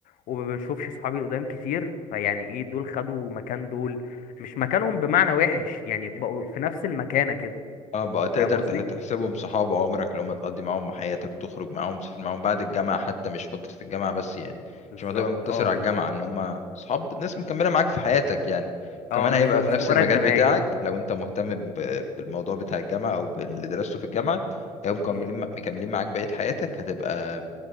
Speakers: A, on the left; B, on the left.
A: وما بشوفش صحابي القدام كتير فيعني ايه دول خدوا مكان دول مش مكانهم بمعنى وحش يعني بقوا في نفس المكانه كده
B: اه بقى تقدر
A: فاهم قصدي
B: تح- تحسبهم صحاب عمرك اللي هم تقضي معاهم حياتك تخرج معاهم تسافر معاهم بعد الجامعة حتى مش فترة الجامعة بس يعني
A: بالظبط
B: مش ما تبقى مقتصر
A: اه
B: على
A: بالظبط
B: الجامعة ان هم صحاب ناس مكملة معاك في حياتك يعني وكمان
A: اه مش
B: هيبقى
A: مش
B: في نفس
A: مجرد
B: المجال
A: زمايل
B: بتاعك لو انت مهتم ب- بالموضوع بتاع الجامعة او باللي درسته في الجامعة هيبقوا مكملين
A: امم
B: مكملين معاك بقية حياتك هتبقى